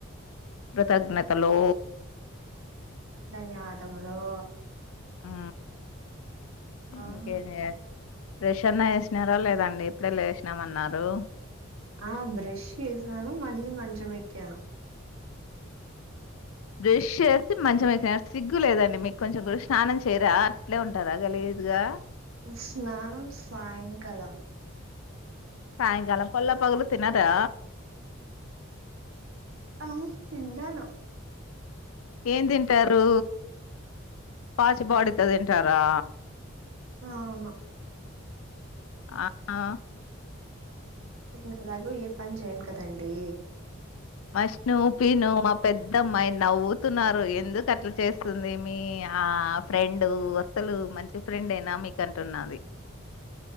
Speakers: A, on the left (about 85°); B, on the right (about 80°).
A: కృతజ్ఞతలో
B: ఆ, ధన్యవాదములు
A: ఆ
B: ఆ.
A: ఇంకేం చేయాలి ఫ్రెష్ అనా వేసినారా లేదండి ఇప్పుడే లేసినామ్ అన్నారు
B: ఆ బ్రష్ చేసినాను మళ్లీ మంచం ఎక్కాను
A: బ్రష్ చేసి మంచం ఎక్కిన సిగ్గు లేదండి మీకు కొంచెం కూడా స్నానం చేయరా అట్లే ఉంటారా గలీజుగా
B: స్నానం సాయంకాలం
A: సాయంకాలం పల్ల పగులు తినారా
B: అ తింటాను
A: ఏం తింటారు పాచ్ బాడీతో తింటారా
B: అవును
A: ఆ ఆ
B: నేను ఏలాగొ ఏ పని చేయను కదండీ
A: మష్ను పి నో మప్ పెద్దమ్మాయి నవ్వుతున్నారు ఎందుకు అట్లా చేస్తుంది మీ ఆ ఫ్రెండ్ అసలు మంచి ఫ్రెండ్ ఏనా మీకు అంటున్నది